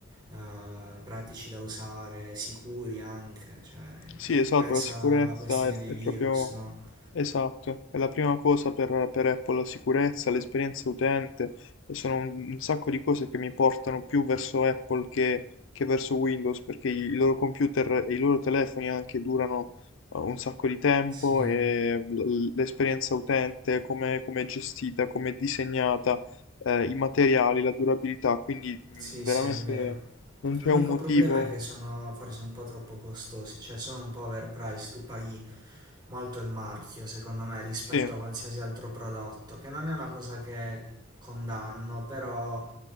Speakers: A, on the right; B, on the left.
A: eh, pratici da usare, sicuri anche, cioè
B: Sì, esatto,
A: pensa
B: la sicurezza
A: alla questione
B: è,
A: dei
B: è
A: virus,
B: proprio
A: no?
B: esatto, è la prima cosa per, per Apple, la sicurezza, l'esperienza utente e sono un, un sacco di cose che mi portano più verso Apple che, che verso Windows perché i, i loro computer e i loro telefoni anche durano eh, un sacco di tempo
A: Sì,
B: e l- l'esperienza utente, come come è gestita, come è disegnata, eh, i materiali, la durabilità, quindi mh,
A: sì,
B: veramente
A: sì, è vero.
B: non
A: L'unico
B: c'è un motivo.
A: problema è che sono forse un po' troppo costosi, cioè sono un po' overpriced, tu paghi molto il marchio, secondo me, rispetto
B: Sì,
A: a qualsiasi altro prodotto, che non è una cosa che condanno, però